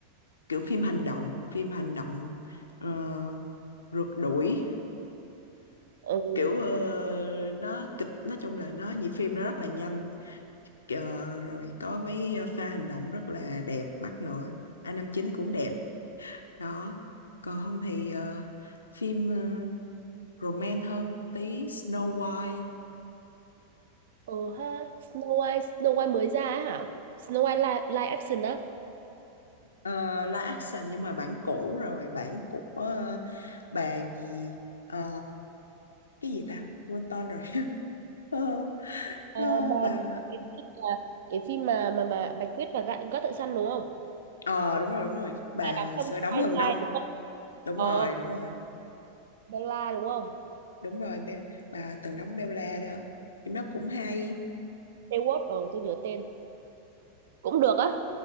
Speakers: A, on the left; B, on the right.
A: kiểu phim hành động, phim hành động ờ, rượt đuổi.
B: ừ
A: kiểu ờ, nó kịch nói chung là nó nhịp phim nó rất là nhanh Ờ, rồi có mấy ờ, pha hành động rất là đẹp mắt nữa a năm chín cũng đẹp đó còn không thì ờ, phim ờ, romance hơn một tí Snow White
B: ừ ha Snow White Snow White mới ra á hả Snow White live, live action á
A: ờ, live action nhưng mà bản cũ rồi bản của ờ, bà gì ờ, cái gì ta quên tên rồi <laughs> Ờ,
B: à,
A: ờ,
B: bà-
A: bà
B: cái phim là cái phim mà mà mà Bạch Tuyết và gã gã thợ săn đúng không
A: ờ đúng rồi đúng rồi bà
B: À, đằng
A: hồi
B: trong
A: xưa đóng
B: Twilight
A: Hừng Đông
B: đúng không?
A: đúng
B: Ờ,
A: rồi đúng rồi
B: Bella đúng không?
A: đúng rồi Be- bà từng đóng Bella đó phim đó cũng hay
B: Stewart, ờ tôi nhớ tên cũng được á